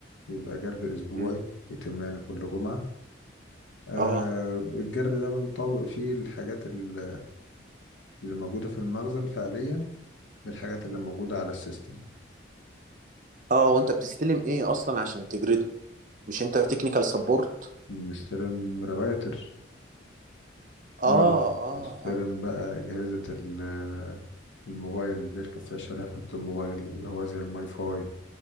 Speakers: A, on the left; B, on the right.
A: بيبقى جرد أسبوعي
B: مم.
A: يتم يعني كل جمعة آه
B: اه
A: الجرد ده بنطابق فيه الحاجات ال- اللي موجودة في المخزن فعليا بالحاجات اللي موجودة على السيستم
B: اه وانت بتستلم ايه اصلا عشان تجرده مش انت تكنيكال سبورت
A: بنستلم رواتر
B: اه
A: وبنستلم
B: اه اه
A: بقى أجهزة ال- الموبايل اللي بيركب فيها شريحة الموبايل اللي هو زي الماي فاي